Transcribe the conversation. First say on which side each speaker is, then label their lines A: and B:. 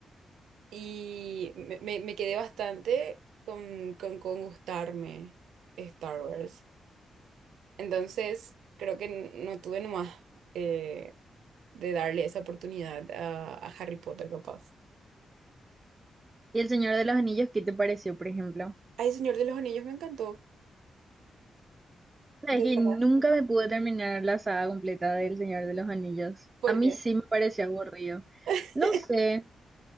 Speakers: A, on the right; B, on the right.
A: Y me, me- me quedé bastante con, con, con gustarme Star Wars. Entonces, creo que n- no tuve nomás eh, de darle esa oportunidad a, a Harry Potter, capaz.
B: ¿Y el Señor de los Anillos qué te pareció, por ejemplo?
A: Ay, Señor de los Anillos, me encantó.
B: Sabes
A: De
B: que
A: verdad.
B: nunca me pude terminar la saga completa del Señor de los Anillos.
A: ¿Por
B: A mí
A: qué?
B: sí me pareció aburrido.
A: <laughs>
B: No sé,